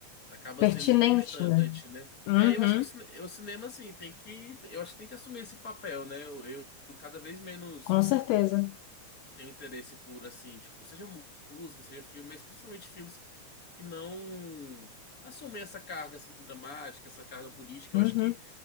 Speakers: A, on the left; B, on the left.
A: acaba
B: Pertinente,
A: sendo uma constante,
B: né?
A: né?
B: Uhum,
A: É, eu acho que o, cine- o cinema, assim, tem que, eu acho que tem que assumir esse papel, né? Eu, eu cada vez menos
B: com certeza.
A: tenho interesse por, assim, tipo, seja mu- música, seja filme, mas principalmente filmes que não assumem essa carga, assim, dramática, essa carga política.
B: Uhum,
A: Eu acho que